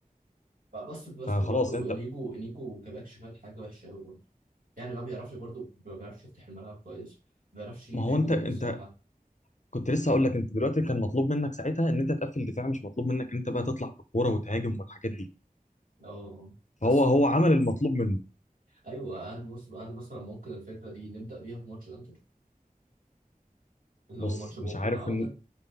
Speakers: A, on the right (about 65°); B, on the left (about 55°).
A: اه بس بس
B: فخلاص
A: برضه
B: انت
A: انيجو انيجو كباك شمال حاجه وحشه قوي برضه يعني ما بيعرفش برضه ما بيعرفش يفتح الملعب كويس ما بيعرفش يهاجم
B: ما هو انت
A: المساحه
B: انت كنت لسه هقول لك انت دلوقتي كان مطلوب منك ساعتها ان انت تقفل دفاع مش مطلوب منك ان انت بقى تطلع بالكوره وتهاجم والحاجات دي
A: اه بس
B: فهو هو
A: ب...
B: عمل المطلوب منه
A: ايوه هل مثلا هل مثلا ممكن الفكره دي نبدا بيها في ماتش انتر اللي
B: بص
A: هو ماتش بكره
B: مش عارف
A: العوده
B: ان